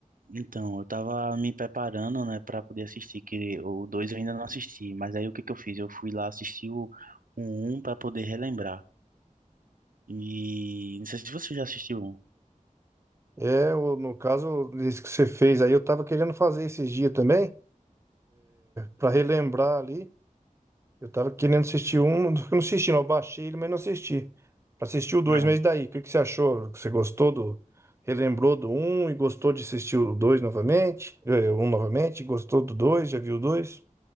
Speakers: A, on the right; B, on the right.
A: então, eu tava me preparando, né, para poder assistir, que o 2 eu ainda não assisti, mas aí o que que eu fiz? Eu fui lá assistir o, o 1 para poder relembrar. E não sei se você já assistiu o 1.
B: É, o- no caso, esse que você fez aí, eu tava querendo fazer esses dias também, pra relembrar ali. Eu tava querendo assistir um, <laughs> não não assisti, não. Eu baixei ele, mas não assisti. Pra assistir o dois,
A: Ah,
B: mas e daí? O que que você achou? Você gostou do. Relembrou do um e gostou de assistir o dois novamente? É, Um novamente? Gostou do dois? Já viu o dois?